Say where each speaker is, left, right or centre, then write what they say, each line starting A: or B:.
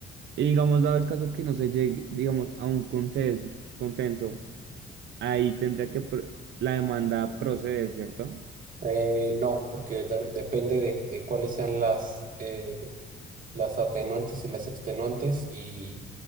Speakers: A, on the right; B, on the right.
A: Y digamos, dado el caso que no se llegue, digamos, a un conses- consenso, ahí tendría que pr- la demanda proceder, ¿cierto?
B: Eh, no, porque de- depende de, de cuáles sean las, eh, las atenuantes y las extenuantes y